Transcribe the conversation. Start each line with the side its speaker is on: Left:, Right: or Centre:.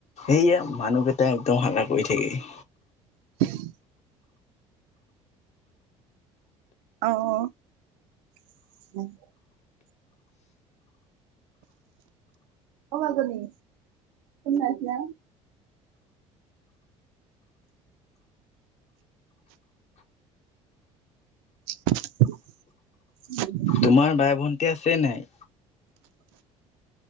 Left: এইয়া মানুকেইটা একদম হালা কৰি থাকে ।
Right: <unintelligible> অহ অ মাজনী ফোন মাৰিছিলা? <unintelligible>
Left: তোমাৰ বাই ভণ্টি আছে নাই?